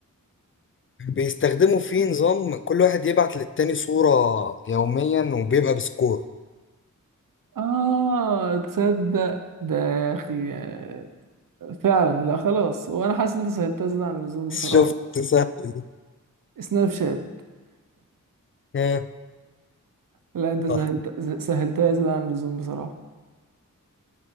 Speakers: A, on the left; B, on the right.
A: بيستخدموا فيه نظام كل واحد يبعت للتاني صورة يوميا وبيبقى بسكور
B: اه تصدق ده يا اخي آه، فعلا لا خلاص وانا حاسس ان انت سهلتها زيادة عن اللزوم بصراحة
A: شفت سهل
B: سناب شات
A: آه،
B: لا انت سهلت
A: صح
B: سهلتها زيادة عن اللزوم بصراحة